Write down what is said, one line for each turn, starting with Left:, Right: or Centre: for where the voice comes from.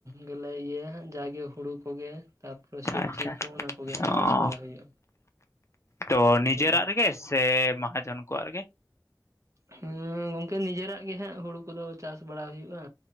Right: ᱜᱮᱞᱮ ᱤᱭᱟᱹᱭᱟ ᱦᱟᱸᱜ ᱡᱟᱜᱮ ᱦᱩᱲᱩ ᱠᱚᱜᱮ᱾ ᱛᱟᱯᱚᱨᱮ ᱥᱚᱵᱡᱤ
Left: ᱟᱪᱪᱷᱟ
Right: ᱠᱚ ᱚᱱᱟ ᱠᱚᱜᱮ ᱦᱟᱜ
Left: ᱚ
Right: ᱪᱟᱥ ᱵᱟᱲᱟ ᱦᱩᱭᱩᱜᱼᱟ
Left: ᱛᱚ ᱱᱤᱡᱮᱨᱟᱜ
Right: ᱦᱮᱸᱦᱮᱸ᱾
Left: ᱨᱮᱜᱮ ᱥᱮ ᱢᱟᱦᱟᱡᱚᱱ ᱠᱚᱣᱟᱜ ᱨᱮᱜᱮ᱾
Right: ᱦᱩᱸ ᱜᱚᱝᱠᱮ ᱱᱤᱡᱮᱨᱟᱜ ᱜᱮ ᱦᱟᱸᱜ ᱦᱩᱲᱩ ᱠᱚᱫᱚ ᱪᱟᱥ ᱵᱟᱲᱟ ᱦᱩᱭᱩᱜᱼᱟ